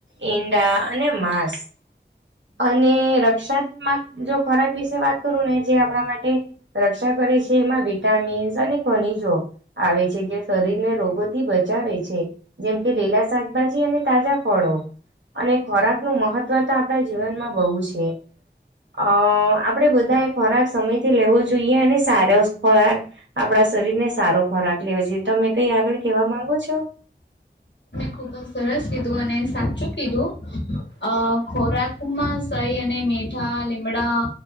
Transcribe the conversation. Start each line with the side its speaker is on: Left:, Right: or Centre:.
Right: ઈંડા અને માંસ અને રક્ષાત્મક જો ખોરાક વિશે વાત કરું ને જે આપણા માટે રક્ષા કરે છે. એમાં વિટામિન્સ અને ખનીજો આવે છે જે શરીરને રોગોથી બચાવે છે. જેમ કે લેલા શાકભાજી અને તાજા ફળો અને ખોરાકનુ મહત્વ તો આપણા જીવનમાં બહુ છે, અ આપડણે બધા ખોરાક સમયથી લેવો જોઈએ અને સાર ખોરાક આપડા શરીર ને સારો ખોરાક લેવો જોઈએ તમે કઈ આગળ કેવા માંગો છો.
Left: ખુબ જ સરસ કીધું અને સાચું કીધું અ ખોરાક ઉમ્મા સહી અને મીઠા લીમડા